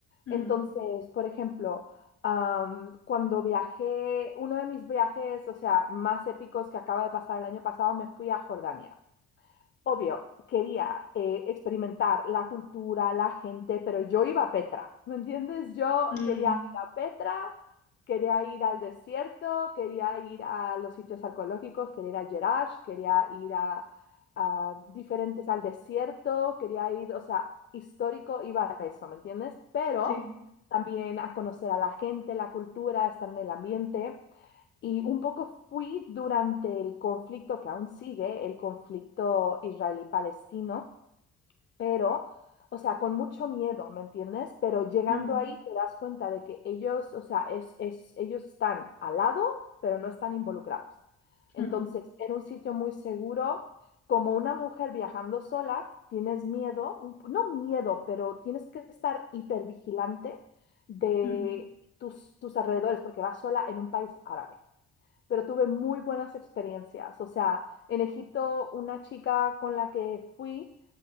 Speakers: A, on the left (about 55°); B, on the left (about 40°).
A: Mm,
B: Entonces, por ejemplo, am, cuando viajé, uno de mis viajes, o sea, más épicos que acaba de pasar el año pasado, me fui a Jordania. Obvio, quería eh, experimentar la cultura, la gente, pero yo iba a Petra, ¿me entiendes? Yo
A: mm,
B: quería ir a Petra, quería ir al desierto, quería ir a los sitios arqueológicos, quería ir a Jerash, quería ir a, a diferentes al desierto, quería ir, o sea, histórico, iba a eso, ¿me entiendes? Pero
A: sí.
B: también a conocer a la gente, la cultura, estar en el ambiente. Y un poco fui durante el conflicto que aún sigue, el conflicto israelí-palestino, pero, o sea, con mucho miedo, ¿me entiendes? Pero llegando
A: mm,
B: ahí te das cuenta de que ellos, o sea, es, es, ellos están al lado, pero no están involucrados. Entonces,
A: mm,
B: era un sitio muy seguro. Como una mujer viajando sola, tienes miedo, un no miedo, pero tienes que estar hipervigilante de
A: mm.
B: tus, tus alrededores porque vas sola en un país árabe pero tuve muy buenas experiencias. O sea, en Egipto, una chica con la que fui,